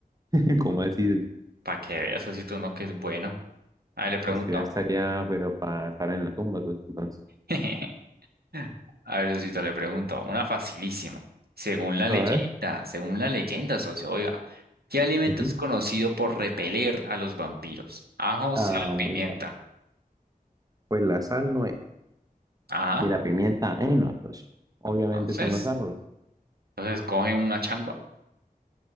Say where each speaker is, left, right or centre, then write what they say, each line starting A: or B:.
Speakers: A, on the right; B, on the right.
A: <laughs> ¿Cómo así?
B: Para que veas, socio, si tú no que es bueno. A ver, le pregunto.
A: O sea, estaría, pero para estar en la tumba, pues, entonces.
B: <laughs> A ver, Sosito, le pregunto. Una facilísima. Según la
A: A
B: leyenda,
A: ver.
B: según la leyenda, socio, oiga, ¿qué alimento
A: Ujú.
B: es conocido por repeler a los vampiros? Ajo,
A: Ah,
B: sal,
A: muy
B: pimienta.
A: fácil. Pues la sal no es.
B: Ajá.
A: Y la pimienta menos, socio. Obviamente
B: Entonces,
A: son los ajos.
B: entonces coge una changua.